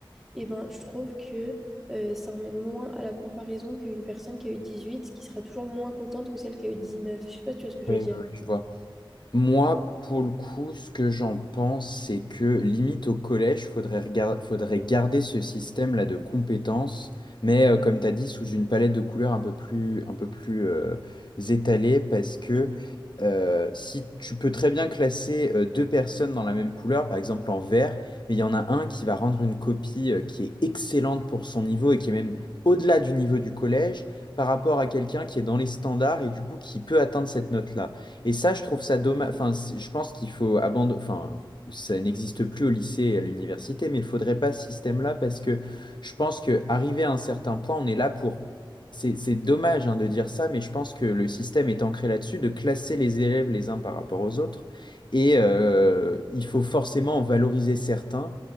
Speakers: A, in the centre; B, on the left.
A: Et ben, je trouve que euh, ça emmène moins à la comparaison qu'une personne qui a eu 18, qui sera toujours moins contente que celle qui a eu 19. Je sais pas si tu vois ce que je
B: oui,
A: veux dire.
B: oui, oui, je vois. Moi, pour le coup, ce que j'en pense, c'est que limite au collège, faudrait regar- faudrait garder ce système-là de compétences, mais euh, comme tu as dit, sous une palette de couleurs un peu plus, un peu plus euh, étalée, parce que
A: Oui.
B: euh, si tu peux très bien classer euh, deux personnes dans la même couleur, par exemple en vert, mais il y en a un qui va rendre une copie euh, qui est excellente pour son niveau et qui est même au-delà du niveau du collège, par rapport à quelqu'un qui est dans les standards et du coup qui peut atteindre cette note-là. Et ça, je trouve ça dommage. Enfin, c'est- je pense qu'il faut abandonner. Enfin, ça n'existe plus au lycée et à l'université, mais il faudrait pas ce système-là parce que je pense que arrivé à un certain point, on est là pour. C'est c'est dommage hein, de dire ça, mais je pense que le système est ancré là-dessus, de classer les élèves les uns par rapport aux autres. Et euh, il faut forcément en valoriser certains